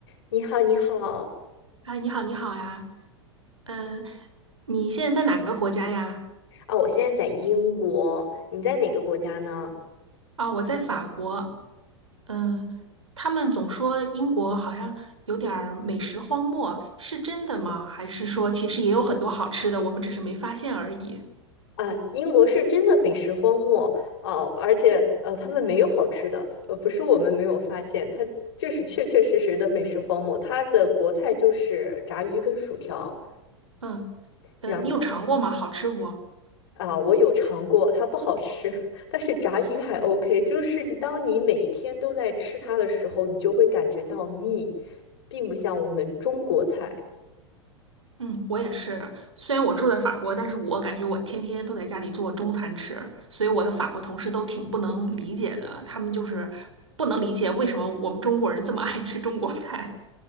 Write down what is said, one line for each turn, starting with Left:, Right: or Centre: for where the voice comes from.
Left: 你好，你好
Right: 啊，你好，你好呀，嗯，你现在在哪个国家呀？
Left: 啊！我现在在英国，你在哪个国家呢？
Right: 啊，我在法国，嗯，他们总说英国好像有点儿美食荒漠，是真的吗？还是说其实也有很多好吃的，我们只是没发现而已？
Left: 啊，英国是真的美食荒漠哦，而且呃，他们没有好吃的，呃，不是我们没有发现，它这是确确实实的美食荒漠。它的国菜就是炸鱼跟薯条，
Right: 嗯，呃，
Left: 然后
Right: 你有尝过吗？好吃不？
Left: 啊，我有尝过，它不好吃，<laughs> 但是炸鱼还 OK，就是当你每一天都在吃它的时候，你就会感觉到腻，并不像我们中国菜。
Right: 嗯，我也是。虽然我住在法国，但是我感觉我天天都在家里做中餐吃，所以我的法国同事都挺不能理解的。他们就是不能理解为什么我们中国人这么爱吃中国菜。